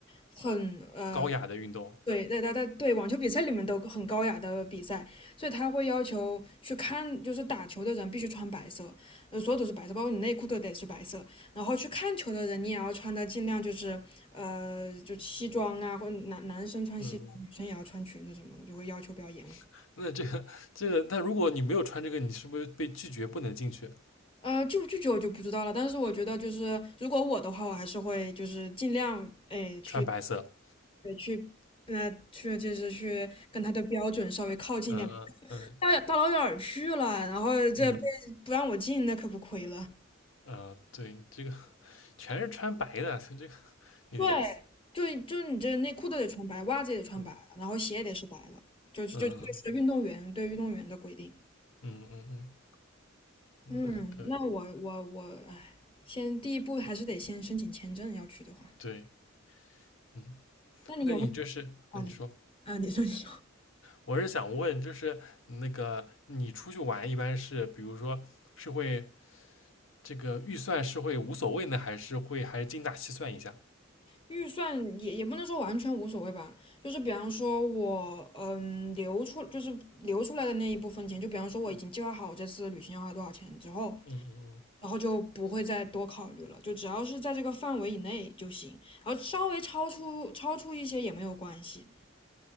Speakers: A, on the left; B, on the left.
A: 很呃
B: 高雅的运动。
A: 对，对，他他对网球比赛里面都很高雅的比赛，所以他会要求去看，就是打球的人必须穿白色，呃，所有都是白色，包括你内裤都得是白色。然后去看球的人，你也要穿的尽量就是呃，就西装啊，或者男男生穿西装，
B: 嗯，
A: 女生也要穿裙子什么的，就会要求比较严格。
B: <laughs> 那这个这个，那如果你没有穿这个，你是不是被拒绝不能进去？
A: 呃，拒不拒绝我就不知道了，但是我觉得就是如果我的话，我还是会就是尽量哎去
B: 穿白色。
A: 对去，那、去就是去跟他的标准稍微靠近一点。
B: 嗯嗯嗯。
A: 大老大老远儿去了，然后这被不让我进，
B: 嗯
A: 那可不亏了。
B: 啊、对，这个全是穿白的，<laughs> 所以这个有点意思。
A: 对，就就你这内裤都得穿白，袜子也得穿白了然后鞋也得是白的，
B: 嗯
A: 就就就是运动员对运动员的规定。
B: 嗯嗯嗯嗯，嗯，
A: 嗯，
B: 那可以。
A: 那我我我，哎，先第一步还是得先申请签证，要去的话。
B: 对，嗯，
A: 那你有没有？
B: 那你就是，
A: 啊你啊，
B: 那你说，
A: 你说你说，
B: 我是想问，就是那个你出去玩一般是，比如说是会这个预算是会无所谓呢，还是会还是精打细算一下？
A: 预算也也不能说完全无所谓吧，就是比方说我嗯留出就是留出来的那一部分钱，就比方说我已经计划好这次旅行要花多少钱之后，
B: 嗯嗯
A: 然后就不会再多考虑了，就只要是在这个范围以内就行，然后稍微超出超出一些也没有关系。